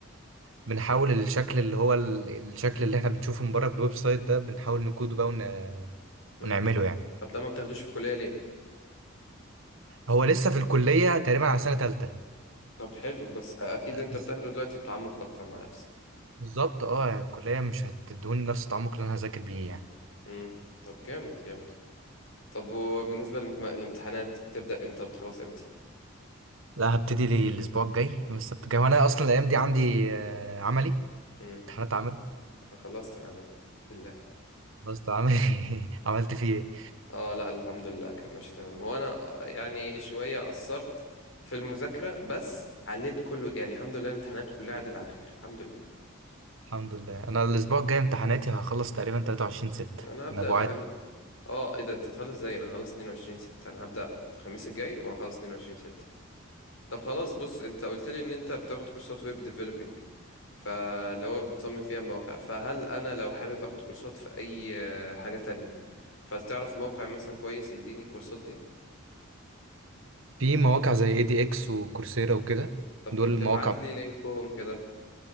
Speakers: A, on the right; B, on the left.
A: بنحاول الشكل اللي هو ال- الشكل اللي إحنا بنشوفه من بره في الويب سايت ده بنحاول نكوده بقى ون...
B: مم.
A: ونعمله يعني
B: طب ده ما بتاخدوش في الكلية ليه
A: هو لسه في الكلية تقريبا على سنة تالتة
B: طب حلو بس اكيد انت
A: بس
B: بتاخده دلوقتي بتعمق اكتر مع نفسك
A: بالظبط اه يعني الكلية مش هتدوني نفس التعمق اللي أنا هذاكر بيه يعني
B: مم. طب جامد جامد طب وبالنسبة للم- للامتحانات بتبدأ امتى بتخلص امتى
A: لا هبتدي لي الأسبوع الجاي يوم السبت الجاي وأنا أصلا الأيام دي عندي آه، عملي
B: مم.
A: امتحانات عمل
B: انا خلصت العمل بالله
A: خلصت عامل <laughs> عملت فيه ايه
B: اه لا الحمد لله كان ماشي تمام هو انا آه، يعني شوية قصرت في المذاكرة بس عليت كله يعني الحمد لله الامتحانات كلها عدت على خير الحمد لله
A: الحمد لله انا الاسبوع الجاي امتحاناتي هخلص تقريبا 23 6
B: انا هبدأ
A: نبوعات
B: الخميس اه ايه ده انت هتخلص ازاي انا هخلص 22 6 انا هبدأ الخميس الجاي وهخلص 22 6 طب خلاص بص انت قلت لي ان انت بتاخد كورسات ويب ديفلوبينج فاللي هو بتصمم فيها مواقع فهل انا لو حابب اخد كورسات في اي آه، حاجة تانية فلتعرف موقع مثلا كويس يديني الكورسات دي
A: في مواقع زي اي دي اكس وكورسيرا وكده
B: طب
A: دول
B: ما تبعت
A: المواقع
B: لي لينكهم كده